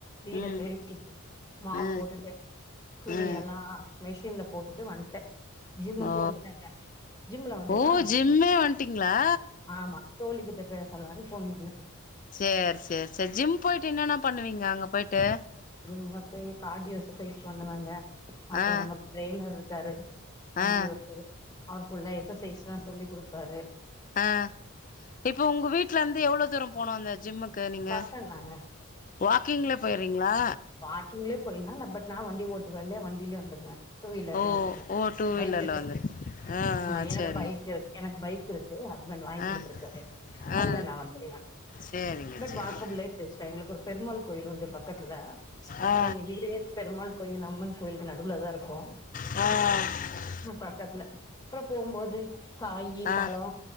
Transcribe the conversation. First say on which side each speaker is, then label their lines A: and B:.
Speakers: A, on the left; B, on the left.
A: வீட
B: ம்
A: பெருக்கி மாப்
B: ஆ
A: போட்டுட்டுதே துணி
B: ஆ
A: எல்லா மெஷின்ல போட்டுட்டு வந்ட்டே ஜிம்முக்கு
B: ஓ
A: வந்துட்டாங்க ஜிம்ல வந்துதா
B: ஓ ஜிம்மே வந்ட்டீங்களா
A: ஆமா தோழி கிட்ட பேசலானு ஃபோன் பண்ண
B: சேர் சேர் சேர் ஜிம் போய்ட்டு என்னென்ன பண்ணுவீங்க அங்க போய்ட்டு
A: ஜிம்ன போய் காடியோ எக்ஸசைஸ் பண்ணுவங்க அப்ற
B: ஆ
A: நமக் ட்ரெய்னர் இருக்காரு தம்பிய
B: ஆ
A: ஒருத்தரு அவர் ஃபுல்லா எக்சசைஸ்லா சொல்லிக் கொடுப்பாரு
B: அ இப்போ உங்க வீட்ல இந்து எவ்ளோ தூரம் போனு அந்த ஜிம்முக் க நீங்க
A: பக்கந்தாங்க
B: வாக்கிங்லே போய்ர்வீங்ளா
A: பார்கிங்ளே போய்லா நா பட் நா வண்டி ஓட்டுவேல வண்டிலே வந்துர்வே டூ வீலர்லே
B: ஓ
A: வந்துர்வே
B: ஓ டூ வீலர்ல
A: பைக்கு எடுத்துட்
B: வந்து ஆ
A: ஹமா
B: ஆ
A: என்னோட
B: சேரி
A: பைக்கு எனக்கு பைக் இருக்கு ஹஸ்பண்ட் வாங்கி
B: ஆ
A: குடுத்துருக்காரு
B: ஆ ஆ
A: அதுல நா வந்துருவே
B: சேரிங்க
A: பட்
B: சேரிங்க
A: வாக்கபுலே பேசுவே எங்களுக்கு ஒரு பெருமாள் கோயில் உண்டு பக்கத்துல
B: ஆ
A: எங்க வீடே பெருமாள் கோயில் அம்மன் கோயிலுக்கு நடுவுல தா இருக்கு
B: ஆ
A: ஹ பக்கத்துல அப்றோ போம்போது காயி
B: ஆ
A: பழோ